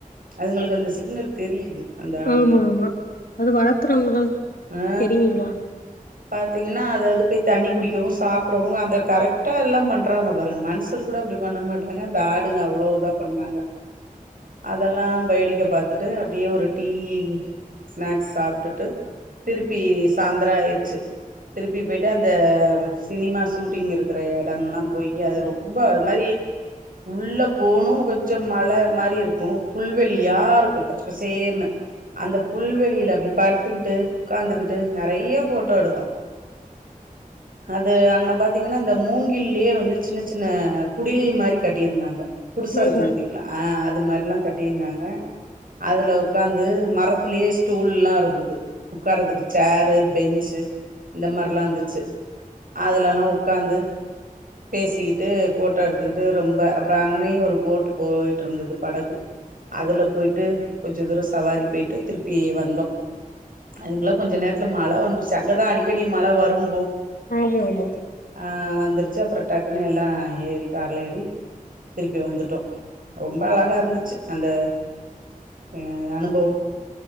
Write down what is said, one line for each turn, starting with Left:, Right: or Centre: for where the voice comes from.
Right: அதுங்களுக்கு அந்த சிக்னல் தெரியுது அந்த ஆடுங்களுக்கு
Left: ஆமா ஆமா அது வளத்துறாங்கள
Right: ஆ
Left: தெரியுளா
Right: பாத்தீங்கன்னா அது அது போய் தண்ணி குடிகாவும் சாப்பிட ங்க அந்த கரெக்டா எல்லாம் பண்றாங்க பாருங்க மனுஷர் கூட அப்டி பண்ண மாட்டறாங்க அந்த ஆடுங்க அவ்ளோ இதா பண்ணாங்க அதெல்லாம் பேடிக்க பாத்தட்டு அப்டியே ஒரு டீ ஸ்நாக்ஸ் சாப்ட்டுட்டு திருப்பி சாயந்தரம் ஆயிடுச்சு திருப்பி போயி அந்த சினிமா ஷூட்டிங் இருக்கிற இடம் எல்லாம் போய் அது ரொம்ப அது மாரி உள்ள போனும் கொஞ்சம் மழ மாரி இருக்கும் புல்வெளியா இருக்கும் பச்சப்ப சேர்னு அந்த புல்வெளியில அப்டி படுத்துக்கிட்டு உக்காந்துகிட்டு நெறைய போட்டோ எடுத்தோம் அது அங்கன பாத்தீங்கன்னா இந்த மூங்கில்லயே வந்து சின்ன சின்ன குடில் மாரி கட்டியிருந்தாங்க குடிசா இருக்கும்
Left: ஆமா
Right: பாத்தீங்களா ஆஹ் அது மாரி கட்டிருந்தாங்க அதுல உக்காந்து மரத்திலயே ஸ்டூல்லாம் இருந்தது உக்காரதுக்கு சேரு பெஞ்சு இந்த மாரிலாம் இரு அதுலல்லாம் உக்காந்து பேசிக்கிட்டு போட்டோ எடுத்துக்கிட்டு ரொம்ப அப்பறம் அங்கனே ஒரு போட்டு் போயிட்டு இருந்தது படகு அதுல போயிட்டு கொஞ்ச தூரம் சவாரி போயிட்டு திருப்பி வந்தோம் அதுங்கலா கொஞ்ச நேரத்துல மழ வந்துருச்சி அங்கதான் அடிக்கடி மழ வரும்
Left: ஆமா ஆமா
Right: ஆஹ் வந்துருச்சி அப்பறம் டக்குன்னு எல்லாம் ஏறி கார்ல ஏறி திருப்பி வந்துட்டோம் ரொம்ப அழகா இருந்துச்சி அந்த அஹ் அனுபவம்